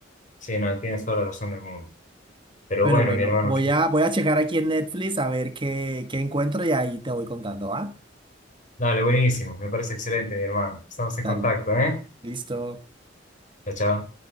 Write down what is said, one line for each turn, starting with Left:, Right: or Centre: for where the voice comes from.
Left: Sí, no, tienes toda la razón del mundo. Pero
Right: Pero
Left: bueno,
Right: bueno,
Left: mi hermano,
Right: voy
Left: que-
Right: a, voy a checar aquí en Netflix a ver qué, qué encuentro y ahí te voy contando, ¿va?
Left: dale, buenísimo. Me parece excelente, mi hermano. Estamos en
Right: Dale,
Left: contacto, ¿eh?
Right: listo.
Left: Chao, chao.